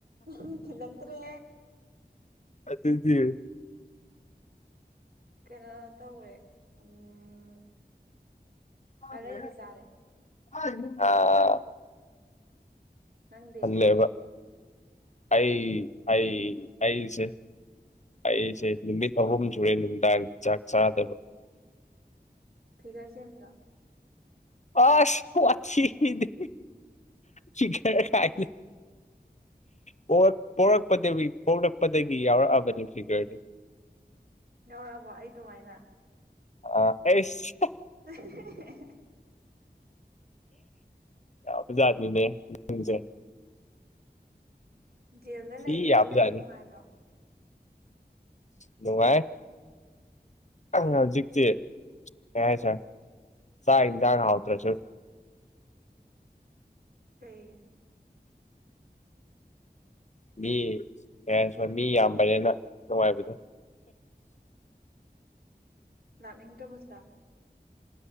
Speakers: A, on the right; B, on the left.
A: ꯍꯥ ꯊꯤꯜꯂꯛꯇ꯭ꯔꯦ
B: ꯑꯗꯨꯗꯤ
A: ꯀꯩꯅꯣ ꯇꯧꯔꯦ ꯎꯝ
B: ꯑꯥ
A: ꯑꯔꯩꯕ ꯆꯥꯔꯦ
B: ꯑꯥ
A: ꯅꯪꯗꯤ
B: ꯈꯜꯂꯦꯕ ꯑꯩ ꯑꯩ ꯑꯩꯁꯦ ꯑꯩꯁꯦ ꯅꯨꯃꯤꯠ ꯑꯍꯨꯝ ꯁꯨꯔꯦ ꯅꯨꯡꯗꯥꯡꯒꯤ ꯆꯥꯛ ꯆꯥꯗꯕ
A: ꯐꯤꯒꯔ ꯁꯦꯝꯃꯤꯔꯣ
B: ꯑꯁ ꯋꯥꯊꯤꯗꯤ ꯐꯤꯒꯔ ꯀꯥꯏꯅ ꯄꯣꯛꯂꯛꯄꯗꯒꯤ ꯄꯣꯛꯂꯛꯄꯗꯒꯤ ꯌꯥꯎꯔꯛꯑꯕꯅꯦ ꯐꯤꯒꯔꯗꯤ
A: ꯌꯧꯔꯛꯑꯕꯣ ꯑꯩ ꯗꯨꯃꯥꯏꯅ
B: ꯑ ꯑꯩꯁ
A: <unintelligible>
B: ꯌꯥꯕꯖꯥꯠꯅꯤꯅꯦ ꯅꯪꯁꯦ
A: ꯖꯦꯜꯗ
B: ꯁꯤ
A: ꯂꯩꯕꯩ
B: ꯌꯥꯕꯖꯥꯠꯅꯤ
A: ꯈꯨꯂꯩꯗꯣ ꯅꯨꯡꯉꯥꯏꯕ꯭ꯔꯣ
B: ꯅꯨꯡꯉꯥꯏ ꯍꯧꯖꯤꯛꯗꯤ ꯀꯩ ꯍꯥꯏꯇꯔꯦ ꯆꯥꯛ ꯑꯦꯟꯁꯥꯡ ꯍꯥꯎꯇ꯭ꯔꯁꯨ
A: ꯀꯩꯒꯤ
B: ꯃꯤ ꯃꯌꯥꯝꯁꯨ ꯃꯤ ꯌꯥꯝꯕꯅꯤꯅ ꯅꯨꯡꯉꯥꯏꯕꯗꯣ
A: ꯂꯥꯛꯅꯤꯡꯗꯔꯕꯣ ꯁꯤꯗ